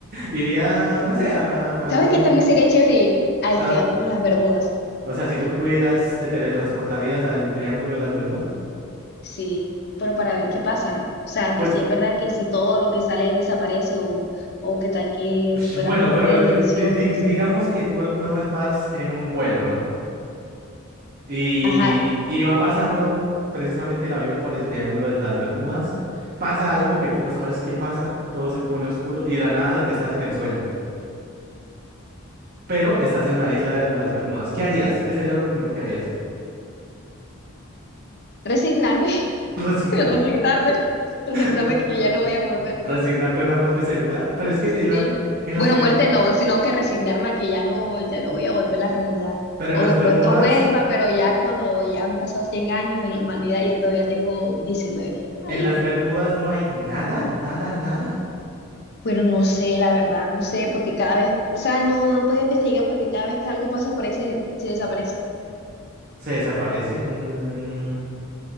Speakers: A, on the right (about 45°); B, on the left (about 50°).
A: iría, no sé, a, a algún...
B: ¿Sabes qué también sería chévere ir al
A: a-
B: Triángulo de las Bermudas?
A: o sea, si tú pudieras, ¿te teletransportarías al Triángulo de las Bermudas?
B: Sí, pero para ver qué pasa, ¿no? O sea,
A: Pues
B: que sí es verdad que si todo lo que sale ahí desaparece o, o que tal que
A: Ush,
B: fuéramos
A: Bueno,
B: a
A: pero
B: otra dimensión,
A: di- di- di-
B: no sé.
A: digamos que tú alguna vez vas en un vuelo, ¿no? Y,
B: Ajá,
A: y va pasando precisamente el avión por el Triángulo de las Bermudas. Pasa algo que tú no sabes qué pasa, todo se pone oscuro y de la nada estás en el suelo, pero estás en la isla de las Bermudas. ¿Qué harías? ¿Qué sería lo primero que harías?
B: Resignarme,
A: <laughs> Resignar,
B: <laughs> resignarme, resignarme
A: re-
B: que
A: eh,
B: ya no voy a volver.
A: resignarte a una muerte segura. Pero es que en
B: Sí.
A: la- en las,
B: Bueno,
A: en-
B: muerte no, sino que resignarme a que ya no, ya no voy a volver a la realidad.
A: pero
B: O
A: en las
B: de
A: Bermudas,
B: pronto vuelva, pero ya cuando ya han pasado 100 años en la humanidad, yo todavía tengo 19 ahí.
A: en las Bermudas no hay nada, nada, nada.
B: Pero no sé, la verdad, no sé, porque cada vez, o sea, no, no puedo investigar porque cada vez que algo pasa por ahí se, se desaparece.
A: ¿Se desaparece? Mm,